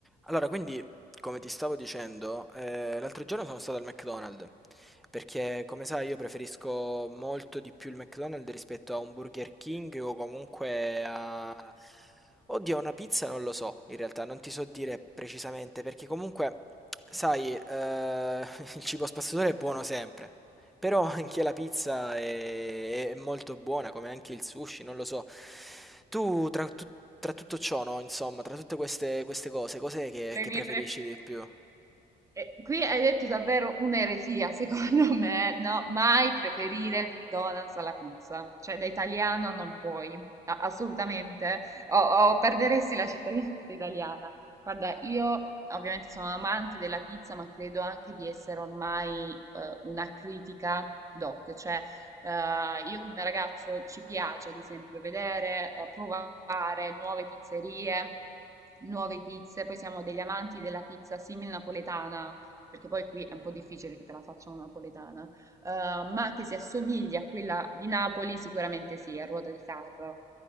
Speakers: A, in the centre; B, on the right.
A: Allora, quindi, come ti stavo dicendo, eh, l'altro giorno sono stato al McDonald's, perché come sai io preferisco molto di più il McDonald's rispetto a un Burger King o comunque a... Oddio, una pizza non lo so, in realtà non ti so dire precisamente, perché comunque, sai, eh, <laughs> il cibo spazzatura è buono sempre, però anche la pizza è, è molto buona, come anche il sushi, non lo so. Tu, tra, tu- tra tutto ciò, no, insomma, tra tutte queste, queste cose, cos'è che,
B: Le
A: che
B: mie
A: preferisci
B: pre-
A: di più?
B: Eh, qui hai detto davvero un'eresia, <laughs> secondo me, no? Mai preferire il McDonald's alla pizza, cioè da italiano non puoi, a- assolutamente, o, o perderesti la cittadinanza italiana. Guarda, io ovviamente sono amante della pizza, ma credo anche di essere ormai eh, una critica doc, cioè eh, io col mio ragazzo ci piace, ad esempio, vedere, eh, provare nuove pizzerie, nuove pizze. Poi siamo degli amanti della pizza simil napoletana, perché poi qui è un po' difficile che te la facciano napoletana, Eh, ma che si assomigli a quella di Napoli, sicuramente sì, a ruota di carro.